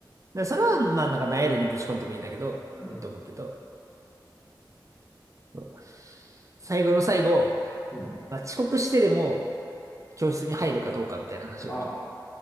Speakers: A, on the right; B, on the left.
A: らそれはまあなんかなえるにぶち込んでもいいんだけど、
B: うん。
A: いいと思うけど、そう最後の最後、
B: うん。
A: まあ、遅刻してでも教室に入るかどうかみたいな話がある。
B: ま